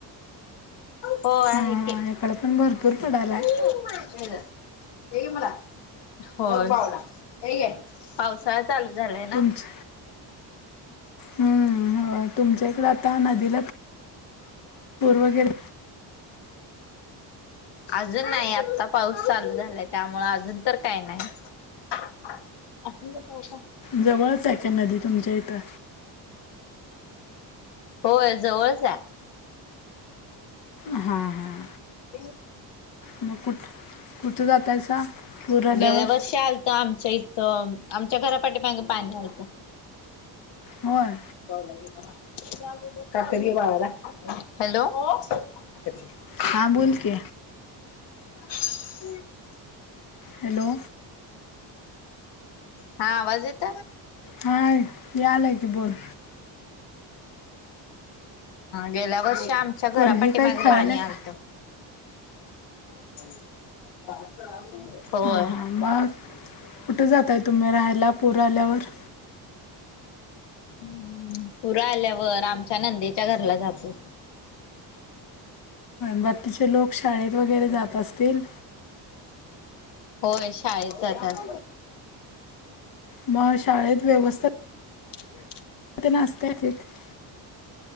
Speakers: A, on the left; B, on the left.
A: हो, आहे
B: हा हा
A: की!
B: इकडे पण भरपूर पडायलाय
A: हे मला हो पा हे ग <unintelligible> पावसाळा चालू झालाय ना.
B: तुमच हम्म, तुमच्या इकडं आता नदीला पूर वगैरे
A: अजून नाही, आत्ता पाऊस चालू झालाय, त्यामुळे अजून तर काय नाही. अस पाव का <unintelligible>
B: जवळच आहे का नदी? तुमच्या इथं.
A: होय जवळच आहे.
B: हा हा
A: <unintelligible>
B: मग कुठ कुठं जातायसा पूर आल्यावर
A: गेल्या वर्षी आलता. आमच्या इथ आमच्या घरापाठी मागे पाणी आलत.
B: होय
A: बऊलं <unintelligible> का बावाला हॅलो <unintelligible>
B: हां, बोलकी
A: ह <unintelligible>
B: हॅलो!
A: हा आवाज येत?
B: हाय यायलाय की बोल
A: गेल्या वर्षी, आमच्या घरा
B: पोरगी
A: पाठीमागे
B: काय खेळाल्या
A: पाणी आलत.
B: का
A: <inaudible> होय.
B: हा, हा, मग कुठे जातय तुम्ही राहायला प आल्यावर..
A: ह पुरं आल्यावर, आमच्या नंदेच्या घरला जातो.
B: बाकीचे लोक शाळेत वगैरे जात असतील.
A: होय शाळेत जातात.
B: मग शाळेत व्यवस्थित
A: म्हे <unintelligible>
B: ना असत <unintelligible>